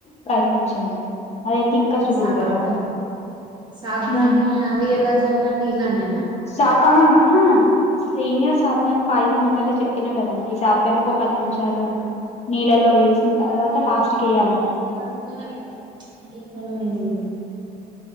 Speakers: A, on the left; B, on the right.
A: ప్రయత్నించండి అదైతే ఇంకా సులువు
B: సాబ్ధాన్
A: కదా
B: సాబ్ధాని
A: ఉమ్
B: అది ఎలా జయాలండి ఇల నేన
A: సా అ ఆహా సేమ్యా సాబ్దన్ పాయసం ఇందాక చెప్పిన కదండి సాబ్దాని ఒక పది నిమిషాలు నీళ్ళల్లో వేసిన తర్వాత లాస్ట్ కి వేయాలని
B: ఇరవై ఐదు వందల్ <unintelligible>